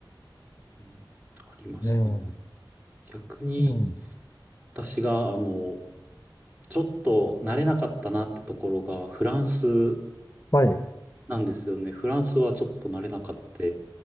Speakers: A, on the right; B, on the left.
A: うんありましたね。
B: ええ
A: 逆に、
B: うん。
A: 私が、あの、ちょっと慣れなかったなってところが、フランス
B: はい。
A: なんですよね。フランスはちょっと慣れなかった。